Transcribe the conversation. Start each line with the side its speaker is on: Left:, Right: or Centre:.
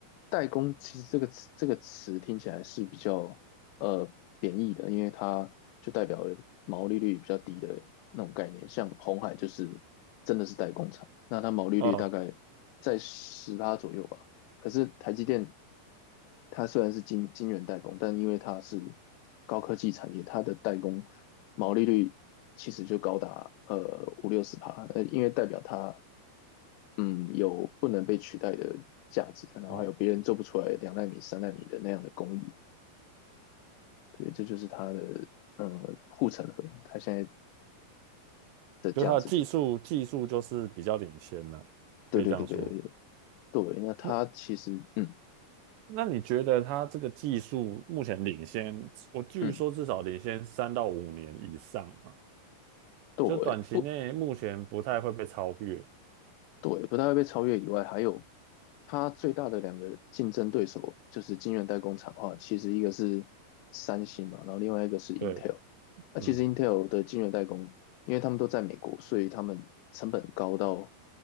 Left: 代工，其实这个词这个词听起来是比较呃贬义的，因为它就代表了毛利率比较低的那种概念。像红海就是真的是代工厂，那它毛利率大概在十趴左右吧。
Right: 嗯
Left: 可是台积电，它虽然是金金圆代工，但因为它是高科技产业，它的代工毛利率其实就高达呃五六十趴，呃，因为代表它嗯，有不能被取代的价值，然后还有别人做不出来两纳米、
Right: 嗯，
Left: 三纳米的那样的工艺，对，这就是它的嗯护城河，它现在的价值就
Right: 就它的技术技术就是比较领先了，
Left: 对对对对对，
Right: 可以这样说。
Left: 对那它其实嗯
Right: 那那你觉得它这个技术目前领先，我据说至少领先三到五年以上嘛，
Left: 嗯对，
Right: 就短期内目前不太会被超越。
Left: 不对，不太会被超越以外，还有它最大的两个竞争对手就是晶圆代工厂的话，其实一个是三星嘛，然后另外一个是 Intel。
Right: 对，
Left: 那其实
Right: 嗯，
Left: Intel 的晶圆代工，因为他们都在美国，所以他们成本高到，